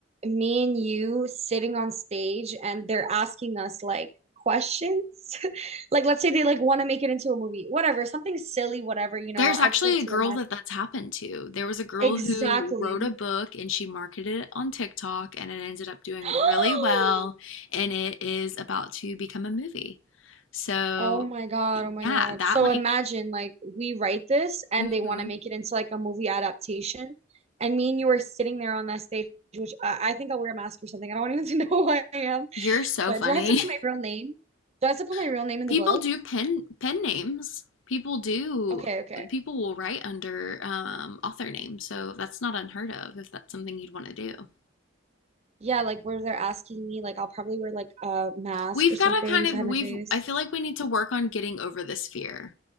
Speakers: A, on the right (about 35°); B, on the left (about 85°).
A: me and you sitting on stage and they're asking us like questions. <laughs> Like let's say they like want to make it into a movie, whatever, something silly, whatever, you know.
B: there's
A: I
B: actually
A: just like
B: a girl
A: to imagine.
B: that that's happened to. There was a girl
A: Exactly.
B: who wrote a book and she marketed it on TikTok and it ended up doing
A: <gasps>
B: really well and it is about to become a movie. So,
A: Oh my God,
B: yeah,
A: oh my God.
B: that
A: So
B: like
A: imagine like we write this and
B: hmm
A: they want to make it into like a movie adaptation. And me and you are sitting there on that stage, which I, I think I'll wear a mask or something. I don't even <laughs> to know who I am.
B: You're so
A: But
B: funny.
A: do I have to put my real name? Do I have to put my real
B: <laughs>
A: name in
B: People
A: the book?
B: do pen pen names. People do
A: Okay, okay.
B: people will write under um, author names. so that's not unheard of if that's something you'd want to do.
A: Yeah, like where they're asking me, like I'll probably wear like a mask
B: We've
A: or something
B: got to kind of
A: to hide my
B: we've
A: face.
B: I feel like we need to work on getting over this fear